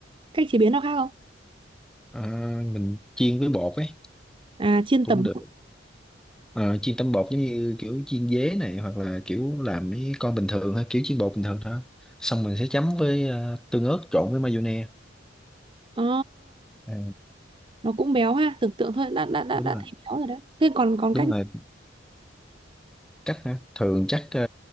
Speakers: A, on the right (about 25°); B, in the centre.
A: cách chế biến nào khác không
B: à, mình chiên với bột ấy
A: à chiên
B: cũng
A: tẩm
B: được Ờ, chiên tấm bột giống như kiểu chiên dế này hoặc là kiểu làm mấy con bình thường ha kiểu chiên bột bình thường thôi xong mình sẽ chấm với ờ, tương ớt trộn với mayonnaise
A: Ờ,
B: à,
A: nó cũng béo ha tưởng tượng thôi đã đã đã
B: đúng
A: đã
B: rồi
A: thấy béo rồi đấy thế còn còn
B: đúng
A: cách
B: rồi cách hả? thường chắc ờ,